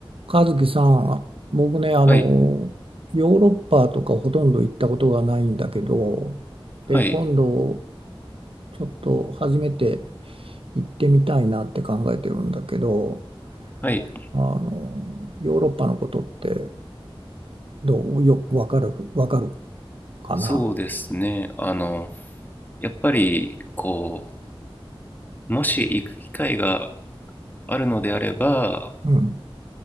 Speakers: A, on the right; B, on the left.
A: 和樹さん僕ね、あの、
B: はい、
A: ヨーロッパとかほとんど行ったことがないんだけど、で、
B: はい、
A: 今度、ちょっと初めて行ってみたいなって考えてるんだけど、
B: はい。
A: あの、ヨーロッパのことってどう、よ、わかる、わかるかな
B: そうですね。あの、やっぱり、こう、もし行く機会があるのであれば、
A: うん、